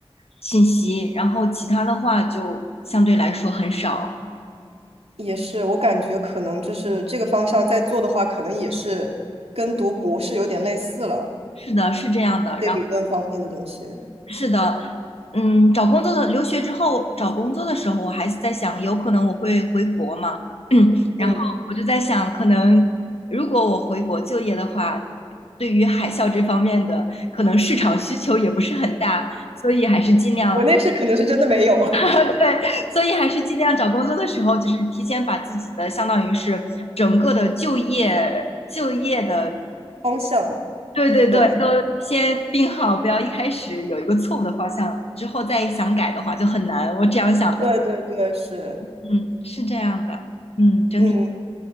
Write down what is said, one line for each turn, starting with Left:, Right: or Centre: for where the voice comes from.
Left: 信息，然后其他的话就相对来说很少。
Right: 也是，我感觉可能就是这个方向在做的话，可能也是跟读博士有点类似了。
Left: 是的，是这样的。
Right: 些理论方面的东西。
Left: 是的，嗯，找工作的留学之后找工作的时候，我还是在想，有可能我会回国嘛，<clears throat> 然后我就在想，
Right: 嗯，
Left: 可能如果我回国就业的话，对于海校这方面的可能市场需求也不是很大，所以还是尽量
Right: 国内是可能是真的没有
Left: <laughs> 对，所以还是尽量找工作的时候，就是提前把自己的相当于是整个的就业就业的
Right: <laughs> 方向。
Left: 对对对，
Right: 对，
Left: 都先定好，不要一开始有一个错误的方向，之后再想改的话就很难。我这样想的，
Right: 对对对，是，
Left: 嗯，是这样的，嗯，整体
Right: 嗯，